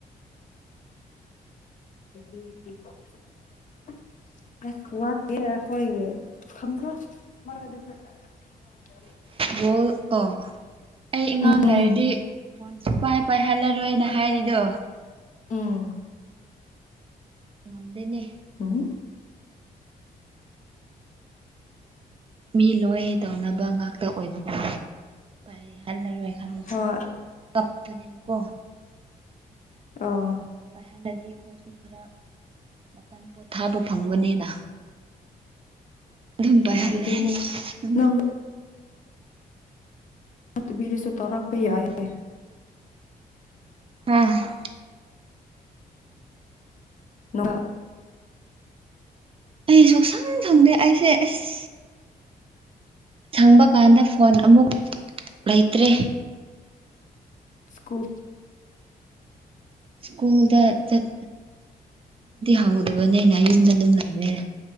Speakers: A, on the left; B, on the right.
A: <unintelligible> <unintelligible> ꯑꯥꯈꯣꯏꯒꯤ ꯊꯝꯈꯥꯑꯣ <unintelligible>
B: ꯕꯣꯜ ꯑꯥ ꯑꯩ ꯑꯉꯥꯡ
A: ꯎꯝ
B: ꯂꯩꯔꯗꯤ ꯐꯣꯟ ꯁꯨꯄꯥꯏ ꯄꯥꯏꯍꯜꯂꯔꯣꯏꯅ ꯍꯥꯏꯔꯤꯗꯣ
A: ꯎꯝ
B: ꯉꯝꯗꯦꯅꯦ
A: ꯎꯍꯨꯝ
B: ꯃꯤ ꯂꯣꯏ ꯇꯧꯅꯕ ꯉꯥꯛꯇ ꯑꯣꯏꯕꯥ <unintelligible> ꯍꯜꯂꯔꯣꯏ ꯈꯜꯂꯁꯨ
A: ꯍꯣꯏ
B: ꯀꯞꯅꯤꯅ ꯀꯣ
A: ꯑꯣ
B: ꯄꯥꯏꯍꯟꯗꯗꯤ ꯑꯩꯈꯣꯏꯁꯨ ꯈꯔ ꯃꯇꯝ ꯄꯣꯊꯥꯕ ꯐꯪꯕꯥꯅꯤꯅ ꯑꯗꯨꯝ ꯄꯥꯏꯍꯜꯂꯦ
A: ꯎꯝ ꯑꯗꯨꯅꯦ
B: <unintelligible>
A: ꯅꯪꯗꯣ ꯇꯨꯕꯤꯔꯁꯨ ꯇꯧꯔꯛꯄ ꯌꯥꯏꯌꯦ
B: ꯑ
A: ꯅ <unintelligible>
B: ꯑꯩ ꯁꯣꯛꯁꯪ ꯁꯪꯗꯦ ꯑꯩꯁꯦ ꯑꯁ ꯁꯪꯕ ꯀꯥꯟꯗ ꯐꯣꯟ ꯑꯃꯨꯛ ꯂꯩꯇ꯭ꯔꯦ
A: ꯀꯨ
B: ꯁ꯭ꯀꯨꯜꯗ ꯆꯠ ꯍꯧꯗꯕꯅꯦꯅ ꯌꯨꯝꯗ ꯑꯗꯨꯝ ꯂꯩꯕꯅꯦꯅ